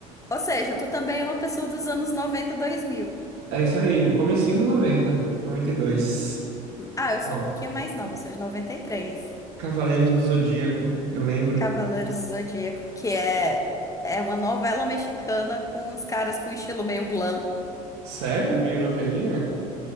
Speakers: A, on the left; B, on the right.
A: Ou seja, tu também é uma pessoa dos anos noventa dois mil.
B: É isso aí, comecinho dos 90, 92.
A: Ah, eu sou
B: Ó,
A: um pouquinho mais nova, eu sou de três.
B: Cavaleiros do Zodíaco, eu lembro.
A: Cavaleiros do Zodíaco, que é, é uma novela mexicana com os caras com estilo meio glam.
B: Sério? É meio novelinha?